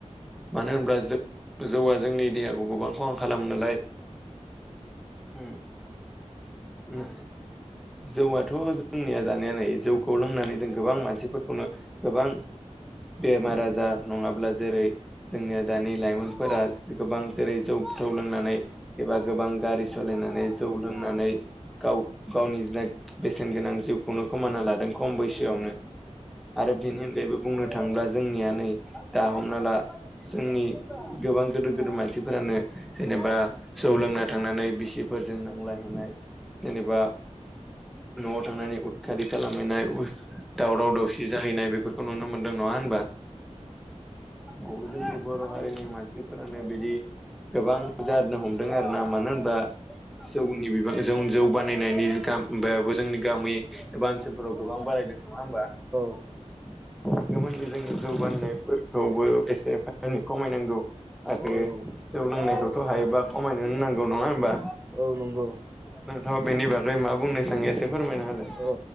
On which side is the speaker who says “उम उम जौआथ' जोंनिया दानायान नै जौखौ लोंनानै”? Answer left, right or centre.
Centre